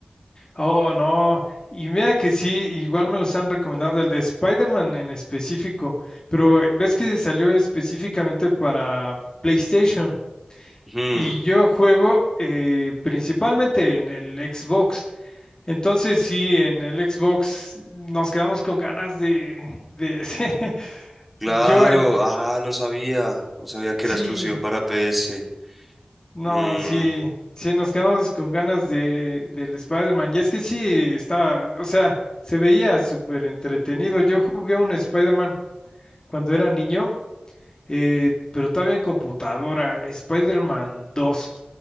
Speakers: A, on the left; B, in the centre.
A: Oh, no. Y mira que sí, igual me los han recomendado, el de Spider-Man en específico. Pero eh, ves que salió específicamente para PlayStation.
B: Ujú,
A: Y yo juego eh, principalmente en el Xbox. Entonces sí, en el Xbox nos quedamos con ganas de, de, <laughs>
B: claro,
A: Yo en... eh,
B: ajá, no sabía. No sabía que
A: Sí,
B: era exclusivo para PS.
A: no,
B: Mm,
A: sí, sí, nos quedamos con ganas de, del Spider-Man. Y es que sí, estaba, o sea, se veía súper entretenido. Yo jugué un Spider-Man cuando era niño, eh, pero todavía en computadora, Spider-Man 2.